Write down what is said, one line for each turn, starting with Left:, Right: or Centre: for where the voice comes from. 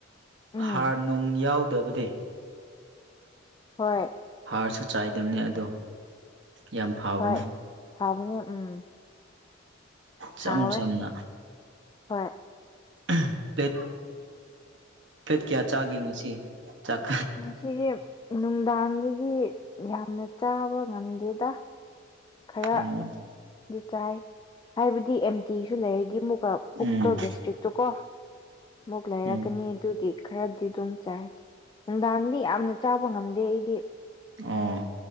Left: ꯎꯝ
Right: ꯍꯥꯔ ꯅꯨꯡ ꯌꯥꯎꯗꯕꯗꯦ
Left: ꯍꯣꯏ
Right: ꯍꯥꯔꯁꯨ ꯆꯥꯏꯗꯝꯅꯦ ꯑꯗꯣ ꯌꯥꯝ ꯐꯕꯅꯤ
Left: ꯍꯣꯏ ꯐꯕꯅꯦ ꯎꯝ
Right: ꯏꯆꯝ
Left: ꯍꯥꯎꯋꯦ
Right: ꯆꯝꯅ
Left: ꯍꯣꯏ
Right: ꯎꯝ ꯄ꯭ꯂꯦꯠ ꯄ꯭ꯂꯦꯠ ꯀꯌꯥ ꯆꯥꯒꯦ ꯉꯁꯤ ꯆꯥꯛ
Left: ꯉꯁꯤꯗꯤ ꯅꯨꯡꯗꯥꯡꯗꯗꯤ ꯌꯥꯝꯅ ꯆꯥꯕ ꯉꯝꯗꯦꯗ ꯈꯔꯗꯤ
Right: ꯑꯣ
Left: ꯆꯥꯏ ꯍꯥꯏꯕꯗꯤ ꯑꯦꯝꯇꯤꯖꯨ ꯂꯩꯔꯗꯤ ꯑꯃꯨꯛꯀ
Right: ꯎꯝ
Left: ꯄꯨꯛꯇꯣ ꯒꯦꯁꯇ꯭ꯔꯤꯛꯇꯨ ꯀꯣ ꯃꯨꯛ ꯂꯩꯔꯛꯀꯅꯤ
Right: ꯎꯝ
Left: ꯑꯗꯨꯒꯤ ꯈꯔꯗꯤ ꯑꯗꯨꯝ ꯆꯥꯏ ꯅꯨꯡꯗꯥꯡꯗꯤ ꯌꯥꯝꯅ ꯆꯥꯕ ꯉꯝꯗꯦ ꯑꯩꯗꯤ
Right: ꯑꯣ